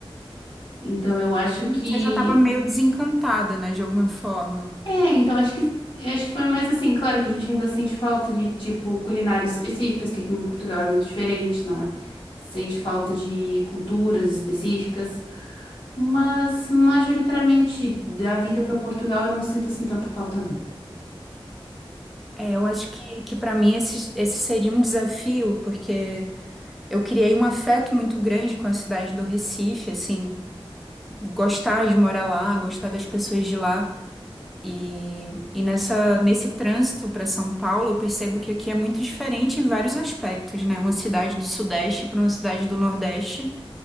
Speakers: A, on the left; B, in the centre.
A: Então, eu acho que
B: Você já estava meio desencantada, né, de alguma forma.
A: é, então acho que eu acho que foi mais assim, claro que a gente ainda sente falta de tipo culinárias específicas, que aqui em Portugal é muito diferente, não é? Sente falta de culturas específicas, mas majoritariamente da vinda para Portugal eu não sinto assim tanta falta, não.
B: É, eu acho que, que para mim esse, esse seria um desafio, porque eu criei um afeto muito grande com a cidade do Recife, assim, gostar de morar lá, gostar das pessoas de lá. E, e nessa, nesse trânsito para São Paulo, eu percebo que aqui é muito diferente em vários aspectos, né? Uma cidade do Sudeste para uma cidade do Nordeste